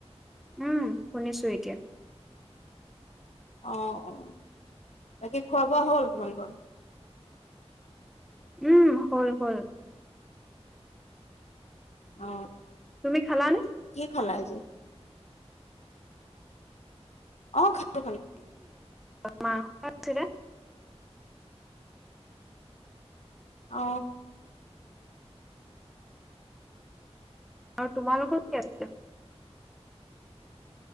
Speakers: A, in the centre; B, on the left.
A: উম শুনিছো এতিয়া
B: অঁ অ বাকী খোৱা বোৱা হ'ল তোমালোকৰ
A: উম হ'ল হ'ল
B: অ
A: তুমি খালানে
B: কি খালা আজি অ খালো খালো
A: মাঙখ আছিল
B: অ
A: আৰু তোমালোকৰ কি আছে